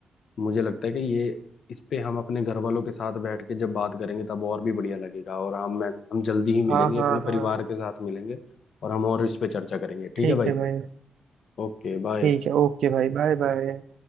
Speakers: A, on the left; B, on the right.
A: मुझे लगता है कि ये इस पे हम अपने घर वालों के साथ बैठ के जब बात करेंगे तब और भी बढ़िया लगेगा और हम मैं हम जल्दी ही मिलेंगे
B: हाँ हाँ
A: अपने
B: हाँ
A: परिवार के साथ मिलेंगे और हम और इस पे चर्चा करेंगे ठीक
B: ठीक
A: है भाई
B: है भाई
A: Okay bye
B: ठीक है ओके भाई बाय बाय